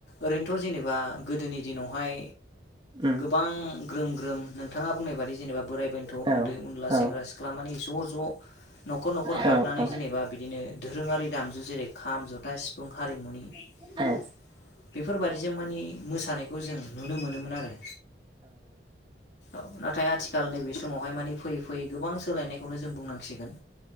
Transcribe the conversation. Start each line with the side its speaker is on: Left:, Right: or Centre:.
Left: ओरैनोथ' जेनेबा गोदोनि दिनावहाय
Right: उम
Left: गोबां ग्रोम ग्रोम नोंथाङा बुंनाय बादि जेनेबा बोराइ बेन्थ'
Right: औ
Left: उन्दै उनला
Right: औ
Left: सेंग्रा सिख्ला मानि ज' ज' न'खर न'खर हाबनानै
Right: औ औ
Left: जेनेबा बिदिनो धोरोंङारि दामजु जेरै खाम जथा सिफुं हारिमुनि
Right: उम
Left: बेफोर बायादिजों माने मोसानायखौ जों नुनो मोनोमोन आरो। औ नाथाय आथिखाल नैबे समावहाय माने फैयै फैयै गोबां सोलायनायखौनो जों बुंनांसिगोन